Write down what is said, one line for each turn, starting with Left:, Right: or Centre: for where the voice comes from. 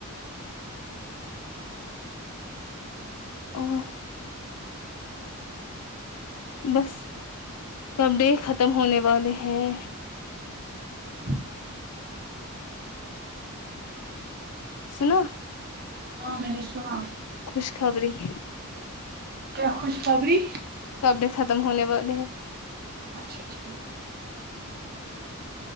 Right: اچہ
Left: اور بس کپ ڈے ختم ہونے والے ہیں
Right: ٹھ
Left: سناو
Right: ہاں میں نےشواں
Left: خوش خبرییں
Right: کیا خوش خبری
Left: کپڑے ختم ہونے والے ہیں
Right: اچھا ٹھیک